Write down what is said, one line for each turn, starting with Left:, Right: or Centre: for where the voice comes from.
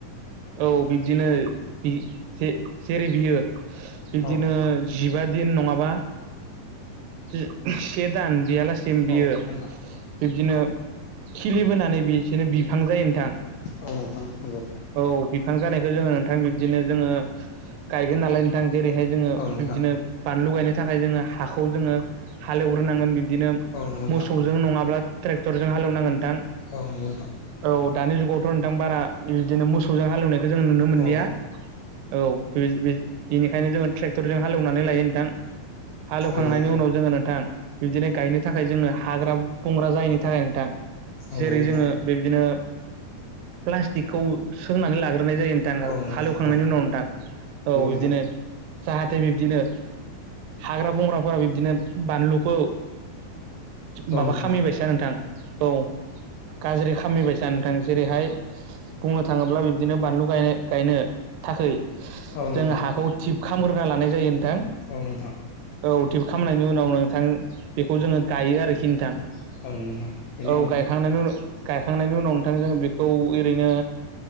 Right: औ बिब्दिनो जि जे-जेरै बियो बिब्दिनो
Left: औ
Right: जिबा दिन नंङाबा जि से दान बियालासिम बियो
Left: औ नोंथां
Right: बिब्दिनो खिलिबोनानै बिसोरनो बिब फां जायो नोंथां
Left: औ नोंथां नंगौ
Right: औ बिफां जानायखौ जोंङो थां बिबदिनो जोंङो गायगोन नालाय नोंथां जेरैहाय जोंङो उम
Left: औ नोंथां
Right: बिबदिनो बानलु गायनो थाखाय जोंङो हाखौ जोंङो हालेवग्रोनांगोन बिब्दिनो
Left: औ नंगौ नोंथां
Right: मोसौजों नंङाब्ला ट्रेक्टरजों हालेवनांगोन नोंथां।
Left: औ नंगौ नोंथां।
Right: औ दानि नोंथां बारा बिदिनो मोसौजों हालेवनायखौ जों नुनो मोनलिया।
Left: औ
Right: औ बि बि बिनिखायनो जोङो ट्रेक्टरजों हालेवनानै लायो नोंथां। हालेवखांनायनि
Left: औ
Right: उनाव जोङो नोंथां, बिबदिनो गायनो थाखाय जोङो हाग्रा बंग्रा जायैनि थाखाय नोंथां
Left: नंगौ
Right: जेरै
Left: नोंथां
Right: जोङो बिबायदिनो प्लास्टिकखौ सोंनानै लागोन नाय जायो नोंथां
Left: औ नंगौ औ नंगौ
Right: हालेवखांनायनि उनाव नोंथां औ बिदिनो
Left: नोंथां
Right: जाहाथे बिबदिनो हाग्रा बंग्राफोरा बिब्दिनो बानलुखौ
Left: औ
Right: माबा
Left: नंगौ नोंथां औ नंगौ नोंथां औ नंगौ नोंथां औ नंगौ
Right: खामिबायसा
Left: औ
Right: नोंथां औ। गाज्रि खामिबायसा नोंथां जेरैहाय बुंनो थाङोब्ला बिदिनो बानलु गाय गायनो थाखै
Left: औ नंगौ
Right: जोंङ
Left: नोंथां
Right: हाखौ थिबखग्रोना लानाय जायो नोंथां।
Left: औ नोंथां औ नंगौ
Right: औ थिप खालामनायनि उनाव नोंथां बेखौ जोङो गायो आरोखि नोंथां।
Left: नोंथां बेनि
Right: औ
Left: उनाव
Right: गायखांनायनि उन गायखांनायनि उनाव नोंथां जो बि खौ ओरैनो